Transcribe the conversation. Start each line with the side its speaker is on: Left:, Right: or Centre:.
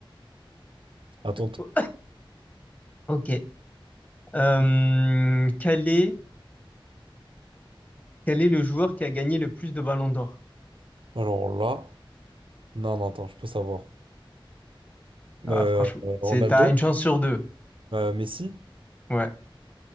Right: Attends. t-
Left: Oh, Ok. Euh, quel est, quel est le joueur qui a gagné le plus de ballons d'or?
Right: Alors là. Non, non, attends, je peux savoir.
Left: Ah,
Right: Euh,
Left: franchement,
Right: euh,
Left: c'est,
Right: Ronaldo?
Left: t'as une chance sur deux.
Right: Euh, Messi?
Left: Ouais.